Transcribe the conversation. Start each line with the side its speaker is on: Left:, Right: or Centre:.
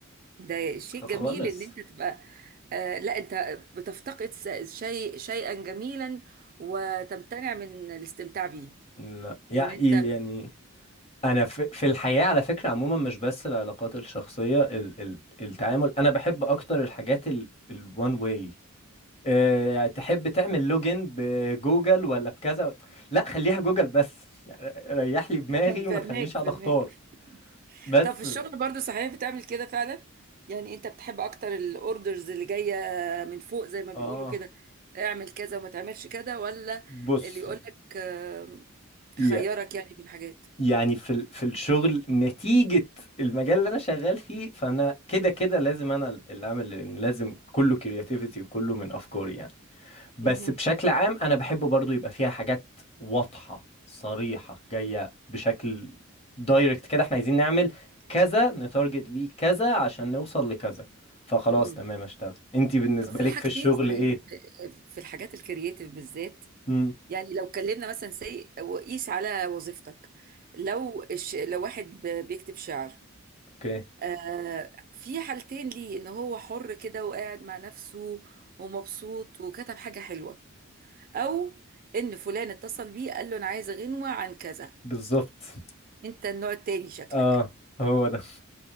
Right: ده شيء جميل
Left: خالص
Right: ان انت تبقى آه لا انت بتفتقد س- شيء شيئا جميلا وتمتنع من الاستمتاع بيه
Left: لا يعني
Right: ان انت
Left: يعني انا في في الحياه على فكره عموما مش بس العلاقات الشخصيه ال ال التعامل انا بحب اكتر الحاجات ال ال one way آه، تحب تعمل لوجن بجوجل ولا بكذا لا خليها جوجل بس يعني ريح لي دماغي
Right: <laughs> فهماك
Left: وما تخلينيش اقعد
Right: فهماك
Left: اختار بس
Right: طب في الشغل برضو صحيح بتعمل كده فعلا يعني انت بتحب اكتر الاوردرز اللي جايه من فوق زي ما بيقولوا
Left: اه
Right: كده اعمل كذا وما تعملش كده ولا
Left: بصي
Right: اللي يقولك آم،
Left: يا-
Right: خيرك يعني بين حاجات
Left: يعني في ال- في الشغل نتيجة المجال اللي انا شغال فيه فانا كده كده لازم انا اللي اعمل لأن لازم كله كرياتيفيتي وكله من افكاري يعني بس
Right: مهم.
Left: بشكل عام انا بحب برضو يبقى فيها حاجات واضحة صريحة جاية بشكل دايركت كده احنا عايزين نعمل كذا نتارجت بيه كذا عشان نوصل لكذا فخلاص
Right: امم
Left: تمام اشتغل انتي بالنسبة
Right: طب في
Left: لك
Right: حاجتين
Left: في الشغل
Right: صحيح
Left: ايه
Right: في في الحاجات الكرييتيف بالذات
Left: امم
Right: يعني لو اتكلمنا مثلا سي وقيس على وظيفتك لو الش... لو واحد ب- بيكتب شعر
Left: اوكي
Right: آه، في حالتين ليه ان هو حر كده وقاعد مع نفسه ومبسوط وكتب حاجة حلوة او ان فلان اتصل بيه قال له انا عايز غنوة عن كذا
Left: بالظبط
Right: انت النوع التاني شكلك
Left: اه هو ده